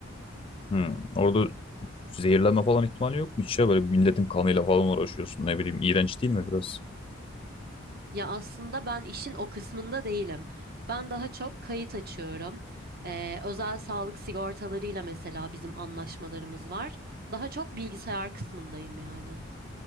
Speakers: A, on the left; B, on the right.
A: Hmm. Orada zehirlenme falan ihtimali yok mu hiç ya? Böyle milletin kanıyla falan uğraşıyorsun ne bileyim iğrenç değil mi biraz?
B: Ya aslında ben işin o kısmında değilim. Ben daha çok kayıt açıyorum. Eee, özel sağlık sigortalarıyla mesela bizim anlaşmalarımız var. Daha çok bilgisayar kısmındayım yani.